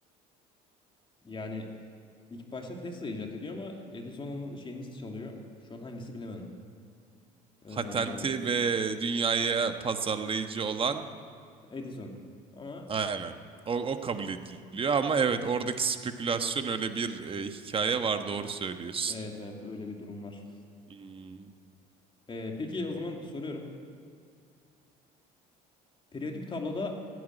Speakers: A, on the left (about 25°); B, on the right (about 30°).
A: Yani İlk başta Tesla icat ediyor ama Edison onun şeyini çalıyor. Şu an hangisi bilemedim. Ee,
B: patenti ve dünyaya pazarlayıcı olan
A: Edison. Ama
B: aynen. O, o kabul ediliyor ama evet oradaki spekülasyon öyle bir e, hikaye var doğru söylüyorsun.
A: evet evet öyle bir durum var.
B: Hmm,
A: Ee, peki o zaman soruyorum. Periyodik tabloda